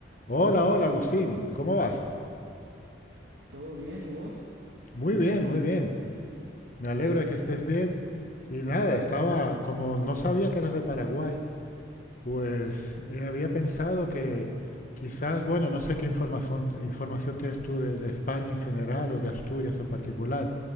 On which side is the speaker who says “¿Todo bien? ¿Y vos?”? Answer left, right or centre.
Right